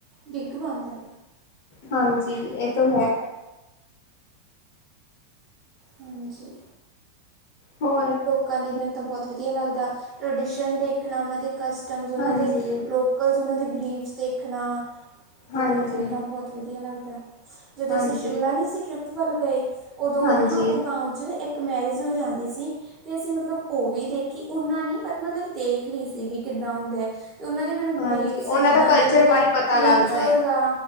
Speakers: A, on the right (about 25°); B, on the left (about 50°).
A: ਬਿੱਗ ਬਣਦਾ।
B: ਹਾਂਜੀ ਏ ਤੋਂ ਹੈ।
A: ਹਾਂਜੀ।
B: ਹੋਰ,
A: ਲੋਕਾਂ ਦੀ ਮੈਨੂੰ ਤਾਂ ਬਹੁਤ ਵਧੀਆ ਲੱਗਦਾ ਟਰਡੀਸ਼ਨ ਦੇਖਣਾ ਉਹਨਾਂ ਦੇ ਕਸਟਮਸ ਉਹਨਾਂ
B: ਹਾਂਜੀ
A: ਦੇ ਲੋਕ <unintelligible> ਉਹਨਾਂ ਦੇ ਬਰੀਫਸ ਦੇਖਣਾ
B: ਹਾਂਜੀ
A: ਤੇ ਏਦਾਂ ਬਹੁਤ ਵਧੀਆ ਲੱਗਦਾ। ਜਦੋਂ
B: ਹਾਂਜੀ
A: ਅਸੀਂ ਸ਼ਿਮਲਾ ਨੀ ਸੀ ਟ੍ਰਿਪ ਵੱਲ ਗਏ ਉਦੋਂ
B: ਹਾਂਜੀ
A: ਹਨਾ ਓ ਗਾਉ 'ਚ ਇੱਕ ਇੱਕ ਮੈਰਿਜ ਹੋਈ ਜਾਂਦੀ ਸੀ। ਤੇ ਅਸੀਂ ਮਤਲਬ ਉਹ ਵੀ ਦੇਖੀ ਓਨਾਂ ਨੀ ਮਤਲਬ ਦੇਖ ਲਈ ਸੀ ਵੀ ਕਿੱਦਾਂ ਹੁੰਦਾ ਏ। ਤੇ ਉਹਨਾਂ ਦੇ ਮੈਨੂੰ
B: ਹਾਂਜੀ
A: ਬਿਲੀਫਸ
B: ਉਹਨਾਂ
A: ਜਿੱਦਾਂ
B: ਦਾ ਕਲਚਰ
A: ਦੇ ਉਹਨਾਂ ਦੇ
B: ਬਾਰੇ ਪਤਾ ਲੱਗਦਾ
A: ਰਿਚੁਅਲਸ
B: ਏ
A: ਆ।